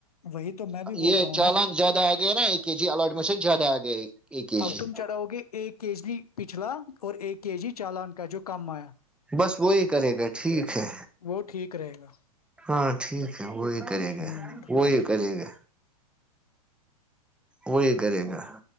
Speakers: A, on the left; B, in the centre.
A: وہی تو میں بھی بول
B: یہ
A: رہا ہوں
B: چالان
A: نا
B: زیادہ آ گیا نا اکے کےے جی آلٹمینٹ س زیادہ آ گے اے کےے
A: اب
B: جی
A: تم چڑھاؤ گے ایک کے جی پچھلا اور ایک کے جی چالان کا جو کم آیا
B: بس وہی کرے گا ٹھیک ہے
A: وہ ٹھیک رہے گا
B: ہاں ٹھیک ہے وہ ایک کریں گے
A: ہوں
B: وہی کریں گے وہی کرے گا